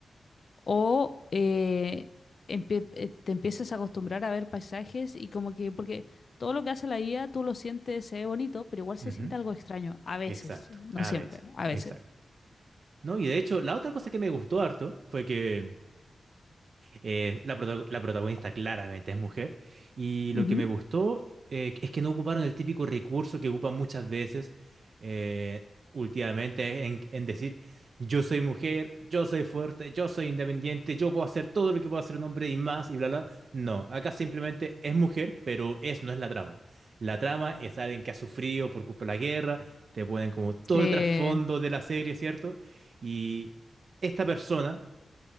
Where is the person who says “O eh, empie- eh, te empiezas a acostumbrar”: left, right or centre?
Left